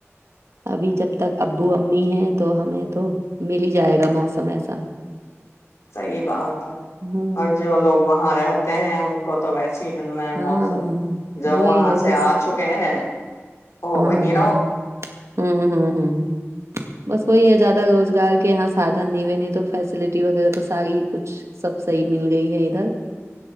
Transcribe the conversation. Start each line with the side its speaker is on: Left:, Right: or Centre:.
Right: ابھی جب تک ابو امی ہیں تو ہمیں تو مل ہی جائے گا موسم ایسا
Left: صحی بات ہے
Right: ہمم
Left: اور جو لوگ وہاں رہتے ہیں ان کو تو ویسی ہی نہیں ملنا ہے
Right: ہاں
Left: موسم جب
Right: وہی
Left: وہاں
Right: ہے
Left: سے
Right: بس
Left: آ چکے ہیں وہ
Right: ہاں
Left: وہیں
Right: ہاں
Left: رہو
Right: ہاں ہوں ہ ہ بس وہی ہے ج <unintelligible> روزگار کے یہاں سادھن نہیں بنے تو فیسلٹی وغیرہ تو ساری کچھ سب صحی مل گئی ہے ادھر